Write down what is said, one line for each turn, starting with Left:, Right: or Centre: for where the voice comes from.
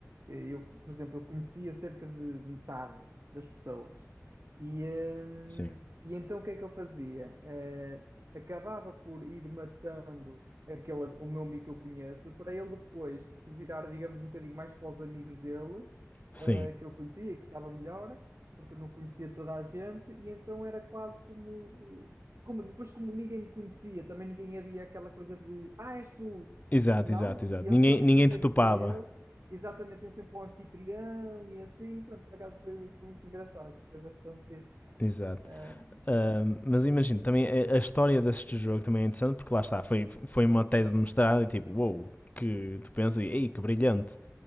Right: Eh, Eu, por exemplo, eu conhecia cerca de metade das pessoas. E, ehm,
Left: Sim.
Right: e então o que é que eu fazia? Eh, acabava por ir matando aquele, o meu amigo que eu conheço, para ele depois se virar, digamos, um bocadinho mais para os amigos dele,
Left: Sim.
Right: eh, que ele conhecia e que estava melhor porque eu não conhecia toda a gente, e então era quase como eh, como, depois, como ninguém me conhecia, também ninguém havia aquela coisa de ah, és tu.
Left: Exato,
Right: Não,
Left: exato, exato.
Right: iam
Left: Ninguém,
Right: sempre
Left: ninguém
Right: primeiro
Left: te topava.
Right: para ele, exatamente, iam sempre para o anfitrião e assim. Pronto, por acaso foi, foi muito engraçado, gostei bastante disso.
Left: Exato.
Right: Ah,
Left: Ahm, mas imagino, também a, a história deste jogo também é interessante porque lá está, foi, foi uma tese de mestrado e tipo, uou, wow, que tu pensas e ei, que brilhante.